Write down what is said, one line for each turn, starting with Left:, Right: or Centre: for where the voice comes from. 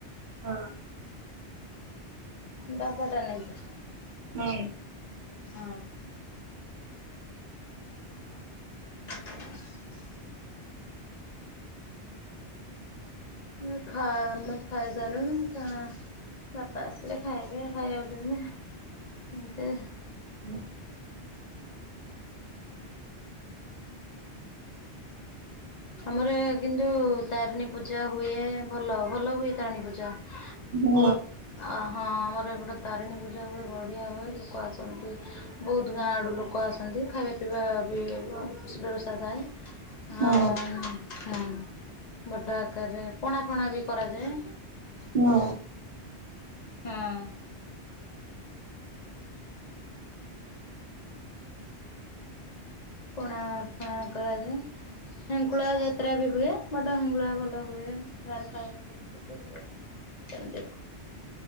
Right: ହଁ
Left: ଡବା ଟା ନେଇଯା
Right: ହଁ
Left: ହଁ ଉଁ ମୁଁ ଖା ମୁଇ ଖାାଇଶାଲୁଣୁ କା ବାପା ଆସିଲେ ଖାଇବେ ଖାଇବାକୁ ଦେମି ଏମତି
Right: ହଁ
Left: ଆମର କିନ୍ତୁ ତାରିଣୀ ପୂଜା ହୁଏ ଭଲ ଭଲ ହୁଏ ତାରିଣୀ ପୂଜା
Right: ହୁଁ
Left: ବହୁ ହଁ ଆମର ଏପଟେ ତାରିଣୀ ପୂଜା ହୁଏ ବଡିିଆ ହୁଏ ଲୋକ ଆସନ୍ତି ବହୁତ ଗାଁ ଆଡୁ ଲୋକ ଆସନ୍ତି ଖାଇବା ପିଇବା ବି ବ ବ୍ୟବସ୍ଥା ଥାଏ
Right: ହୁଁ
Left: ଆଉ ହଁ ବଡ ଆକାରରେ ପଣା ଫଣା ବି କରାଯାଏ
Right: ହୁଁ
Left: ହଁ ପଣା ଫଣା କରା ଯାଏ ହେଙ୍କୁଳା ଯାତ୍ରା ବି ହୁଏ ବଡ ହେଙ୍ଗୁଳା ଭଲ ହୁଏ ଦାରକା କେନ୍ତି